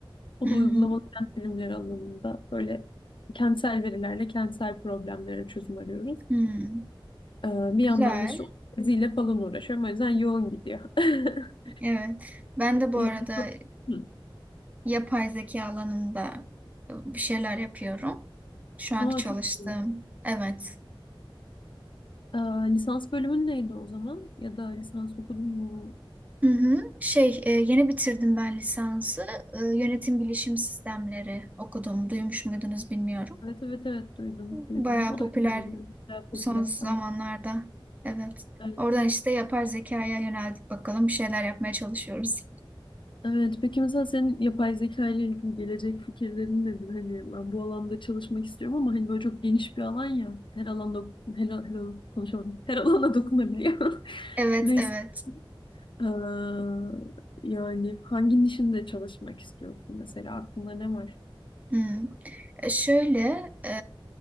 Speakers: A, on the left (about 65°); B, on the right (about 15°).
A: O
B: Hı hı.
A: da uygulamalı kent bilimleri alanında böyle kentsel verilerle kentsel problemlere çözüm arıyoruz.
B: Hı.
A: Ee, bir yandan
B: Güzel.
A: da işte o teziyle falan uğraşıyorum. O yüzden yoğun gidiyor. <laughs>
B: Evet. Ben de bu
A: Yani
B: arada
A: so- Hı.
B: yapay zeka alanında e, bir şeyler yapıyorum. Şu anki
A: Aa
B: çalıştığım.
A: çok iyi.
B: Evet.
A: Ee, lisans bölümün neydi o zaman? Ya da lisans okudun mu?
B: Hı hı. Şey, e, yeni bitirdim ben lisansı. E, Yönetim bilişim sistemleri okudum. Duymuş muydunuz bilmiyorum.
A: Evet evet evet duydum
B: Bayağı
A: duydum. O
B: popüler
A: da güzel bir ürün. bayağı popüler.
B: son zamanlarda.
A: Ay,
B: Evet.
A: Evet.
B: Oradan işte yapar zekaya yöneldik bakalım. Bir şeyler yapmaya çalışıyoruz.
A: Evet peki mesela senin yapay zeka ile ilgili gelecek fikirlerin nedir? Hani ben bu alanda çalışmak istiyorum ama hani böyle çok geniş bir alan ya. Her alanda her, al- her konuşamadım. Her alana dokunabiliyor. <laughs>
B: Evet,
A: Neyse.
B: evet.
A: Ee, yani hangi nişinde çalışmak istiyorsun mesela aklında ne var?
B: Hmm. E, Şöyle, e,